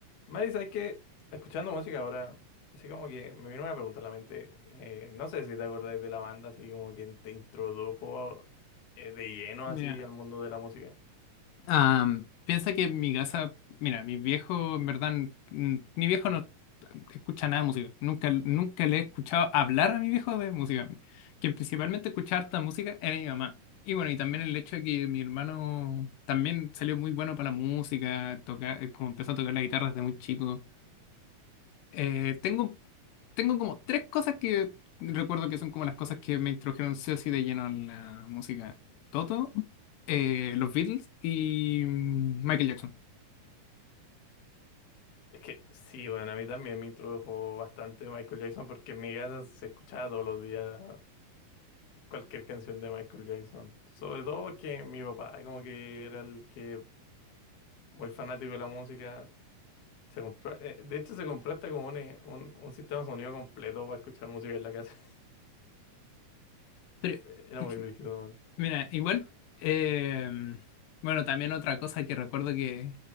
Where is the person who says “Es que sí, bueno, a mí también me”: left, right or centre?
Left